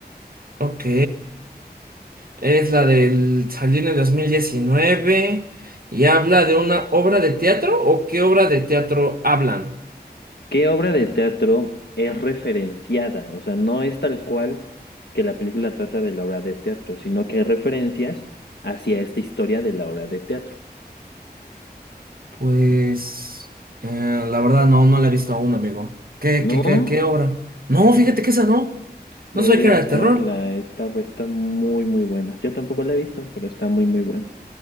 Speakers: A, on the right; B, on the left.
A: Ok. Es la del... Salió en el 2019 y habla de una obra de teatro o qué obra de teatro hablan.
B: ¿Qué obra de teatro es referenciada? O sea, no es tal cual que la película trata de la obra de teatro, sino que hay referencias hacia esta historia de la obra de teatro.
A: Pues... eh, la verdad no, no la he visto aún, amigo. ¿Qué,
B: No,
A: qué, qué, qué obra? No, fíjate que esa no.
B: deberías
A: No sabía que era de
B: verla,
A: terror.
B: está, está muy, muy buena. Yo tampoco la he visto, pero está muy, muy buena.